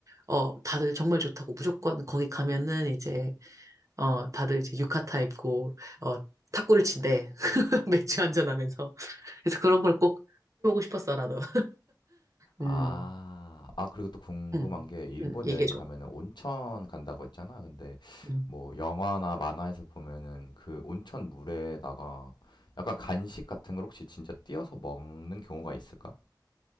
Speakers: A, on the right; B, on the left.
A: 어, 다들 정말 좋다고 무조건 거기 가면은 이제, 어, 다들 이제 유카타 입고, 어, 탁구를 친대. <laughs> 맥주 한잔 하면서. 그래서 그런 걸 꼭 해보고 싶었어, 나도. 음,
B: 아, 아, 그리고 또 궁금한
A: 음,
B: 게, 일본
A: 음, 얘기해줘.
B: 여행 가면은 온천 간다고 했잖아. 근데,
A: 음.
B: 뭐, 영화나 만화에서 보면은 그 온천 물에다가 약간 간식 같은 걸 혹시 진짜 띄어서 먹는 경우가 있을까?